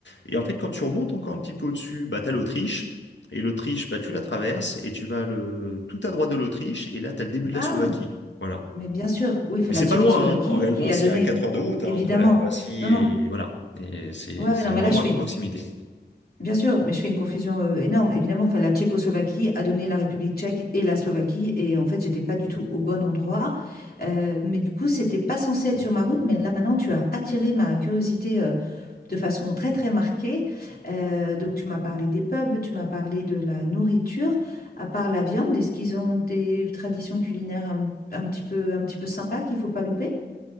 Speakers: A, on the left (about 90°); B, on the left (about 60°).
A: Et en fait, quand tu remontes encore un petit peu au-dessus, bah, t'as l'Autriche. Et l'Autriche, bah, tu la traverses et tu vas le tout à droite de l'Autriche et là, t'as le début de
B: Ah,
A: la Slovaquie. Voilà.
B: mais bien sûr. Oui, fait
A: Mais
B: la
A: c'est
B: Tchécoslovaquie
A: pas loin, hein. En réellement,
B: qui a
A: c'est
B: donné,
A: à 4 heures de route,
B: évidemment.
A: hein, entre la Croatie
B: Non, non.
A: et voilà. Et c'est
B: Ouais, ouais,
A: c'est
B: non, mais
A: vraiment
B: là, je
A: à
B: fais
A: proximité.
B: Bien sûr, mais je fais une confusion euh, énorme. Évidemment, enfin, la Tchécoslovaquie a donné la République tchèque et la Slovaquie. Et en fait, j'étais pas du tout au bon endroit. Euh, mais du coup, c'était pas censé être sur ma route. Mais là, maintenant, tu as attiré ma curiosité euh, de façon très, très marquée. Euh, donc, tu m'as parlé des pubs, tu m'as parlé de la nourriture. À part la viande, est-ce qu'ils ont des traditions culinaires un, un petit peu, un petit peu sympas qu'il faut pas louper?